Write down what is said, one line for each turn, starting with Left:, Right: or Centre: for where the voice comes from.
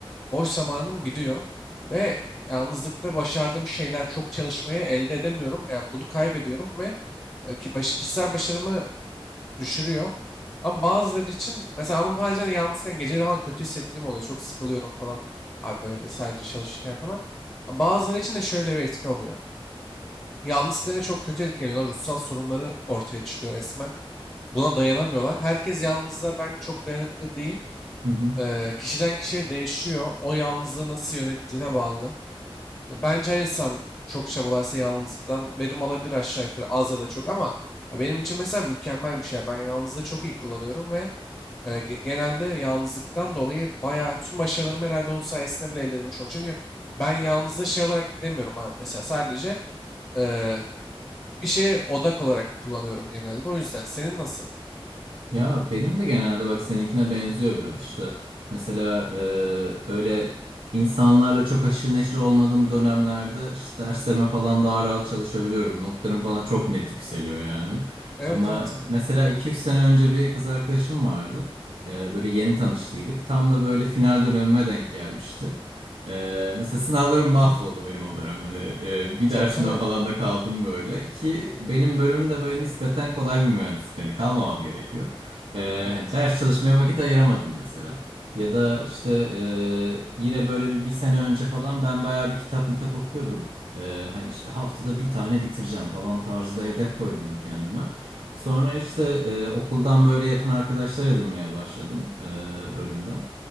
Left: boş zamanım gidiyor. Ve yalnızlıkta başardığım şeyler çok çalışmaya elde edemiyorum. Yani bunu kaybediyorum ve e, ki baş, kişisel başarımı düşürüyor. Ama bazıları için mesela ama bazen yalnızken geceleri falan kötü hissettiğim oluyor. Çok sıkılıyorum falan. Abi böyle sadece çalışırken falan. Ama Bazıları için de şöyle bir etki oluyor. Yalnız kalınca çok kötü etkileniyorlar. Ruhsal sorunları ortaya çıkıyor resmen. Buna dayanamıyorlar. Herkes yalnızlığa bence çok dayanıklı değil.
Right: Hı hı.
Left: Ee, kişiden kişiye değişiyor. O yalnızlığı nasıl yönettiğine bağlı. E, Bence her insan çok çabalarsa yalnızlıktan verim alabilir aşağı yukarı az ya da çok ama ya benim için mesela mükemmel bir şey. Ben yalnızlığı çok iyi kullanıyorum ve e, ge- genelde yalnızlıktan dolayı bayağı tüm başarılarımı herhalde onun sayesinde bile elde edilmiş oldu. Çünkü ben yalnızlığı şey olarak demiyorum abi mesela sadece e, bir şeye odak olarak kullanıyorum genelde. O yüzden senin nasıl?
Right: Ya benim de genelde bak seninkine benziyor biraz işte. Mesela e, böyle insanlarla çok haşır neşir olmadığım dönemlerde işte derslerime falan daha rahat çalışabiliyorum. Notlarım falan çok net yükseliyor yani.
Left: Evet
Right: Ama
Left: evet.
Right: mesela iki üç sene önce bir kız arkadaşım vardı. E, böyle yeni tanıştıydık. Tam da böyle final dönemime denk gelmişti. E, mesela sınavlarım mahvoldu benim o dönem. Hani, e, bir
Left: Tabii
Right: dersimden
Left: tabii.
Right: falan da kaldım böyle. Ki benim bölümüm de böyle nispeten kolay bir mühendislik. Hani kalmamam gerekiyor. Ee,
Left: Evet.
Right: hani ders çalışmaya vakit ayıramadım mesela. Ya da işte e, yine böyle bir, bir sene önce falan ben bayağı bir kitap mitap okuyordum. Ee, hani işte haftada bir tane bitireceğim falan tarzda hedef koydum kendime. Sonra işte e, okuldan böyle yakın arkadaşlar edinmeye başladım e, bölümden.